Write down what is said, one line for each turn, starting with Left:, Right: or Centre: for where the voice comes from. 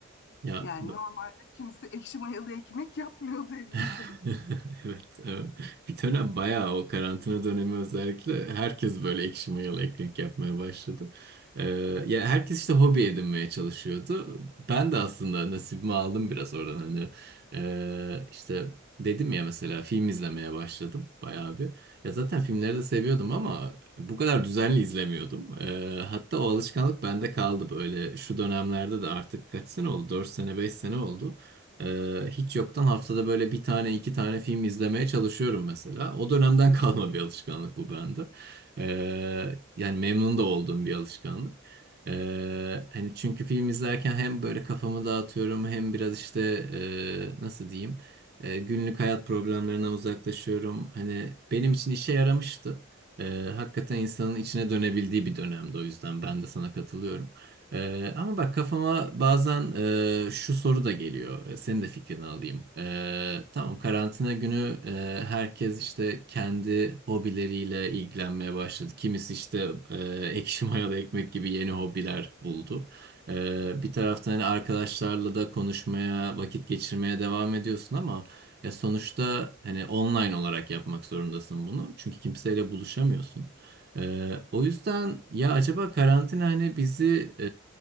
Right: Ya
Left: Yani
Right: b-
Left: normalde kimse ekşi mayalı ekmek yapmıyordu evinde.
Right: <laughs> Evet, evet. Bir dönem bayağı o karantina dönemi özellikle herkes böyle ekşi mayalı ekmek yapmaya başladı. Ee, ya herkes işte hobi edinmeye çalışıyordu. Ben de aslında nasibimi aldım biraz oradan hani Ee, işte dedim ya mesela film izlemeye başladım bayağı bir. Ya zaten filmleri de seviyordum ama bu kadar düzenli izlemiyordum. Ee, hatta o alışkanlık bende kaldı böyle şu dönemlerde de artık kaç sene oldu? 4 sene 5 sene oldu. Ee, hiç yoktan haftada böyle bir tane iki tane film izlemeye çalışıyorum mesela. O dönemden <laughs> kalma bir alışkanlık bu bende. Ee, yani memnun da olduğum bir alışkanlık. Ee, hani çünkü film izlerken hem böyle kafamı dağıtıyorum hem biraz işte e, nasıl diyeyim e, günlük hayat problemlerinden uzaklaşıyorum. Hani benim için işe yaramıştı. Ee, hakikaten insanın içine dönebildiği bir dönemdi o yüzden ben de sana katılıyorum. Ee, ama bak kafama bazen e, şu soru da geliyor. E, Senin de fikrini alayım. Ee, tamam karantina günü e, herkes işte kendi hobileriyle ilgilenmeye başladı. Kimisi işte e, ekşi <laughs> mayalı ekmek gibi yeni hobiler buldu. Ee, bir taraftan hani arkadaşlarla da konuşmaya, vakit geçirmeye devam ediyorsun ama ya sonuçta hani online olarak yapmak zorundasın bunu. Çünkü kimseyle buluşamıyorsun. Ee, o yüzden ya acaba karantina hani bizi e,